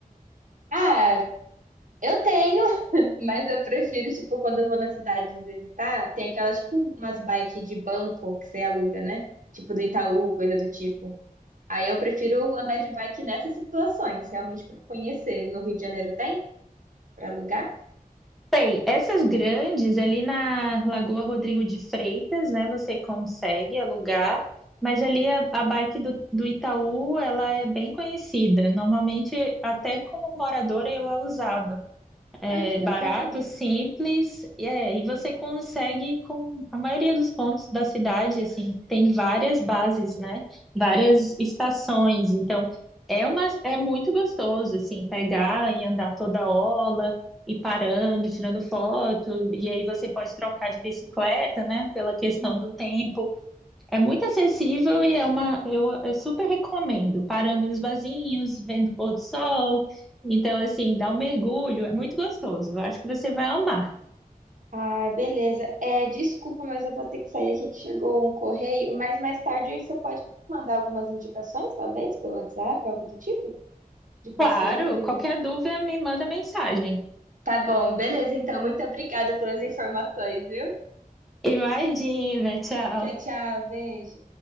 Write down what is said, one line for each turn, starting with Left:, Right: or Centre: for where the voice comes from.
Right: Ah, Eu tenho, <laughs> mas eu prefiro, tipo, quando eu vou na cidade visitar, tem aquelas, tipo, umas bikes de banco que você aluga, né? Tipo do Itaú, coisa do tipo. Aí eu prefiro andar de bike nessas situações, realmente pra conhecer. No Rio de Janeiro tem pra alugar?
Centre: Bem, essas grandes ali na Lagoa Rodrigo de Freitas, né? Você consegue alugar, mas ali a, a bike do, do Itaú, ela é bem conhecida. Normalmente, até como moradora, eu a usava. É
Right: Ai, que
Centre: barato,
Right: legal.
Centre: simples, e, é, e você consegue com a maioria dos pontos da cidade, assim, tem várias bases, né? Várias
Right: Uhum.
Centre: estações. Então, é uma, é muito gostoso, assim, pegar e andar toda hora, e parando, tirando foto, e aí você pode trocar de bicicleta, né? Pela questão
Right: Uhum.
Centre: do tempo. É muito acessível e é uma. Eu, eu super recomendo. Parando nos barzinhos, vendo o pôr do sol. Então, assim, dá um mergulho, é muito gostoso. Eu acho que você vai amar.
Right: Ah, beleza. É, desculpa, mas eu vou ter que sair aqui que chegou um correio, mas mais tarde aí você pode me mandar algumas indicações, talvez, pelo WhatsApp, algo do tipo, de passeios.
Centre: Claro, qualquer dúvida me manda mensagem.
Right: Tá bom, beleza, então. Muito obrigada pelas informações, viu?
Centre: Imagina, tchau.
Right: Tchau, tchau, beijo.